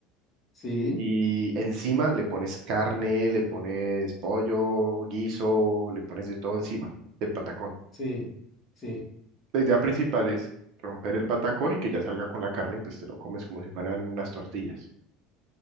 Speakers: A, on the left; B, on the right.
A: sí,
B: y encima le pones carne, le pones pollo, guiso, le pones de todo encima del patacón.
A: sí, sí.
B: La idea principal es romper el patacón y que ya salga con la carne y pues te lo comes como si fueran unas tortillas.